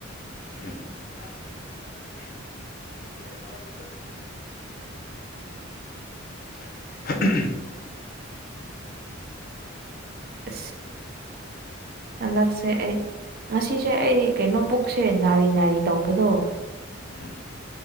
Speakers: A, on the left; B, on the right.
A: <inaudible> <inaudible>
B: ꯑ ꯍꯟꯗꯛꯁꯦ ꯑꯩ ꯉꯁꯤꯁꯦ ꯑꯩ ꯀꯩꯅꯣ ꯄꯨꯛꯁꯦ ꯅꯥꯔꯤ ꯅꯥꯔꯤ ꯇꯧꯕꯗꯣ
A: ꯎꯝ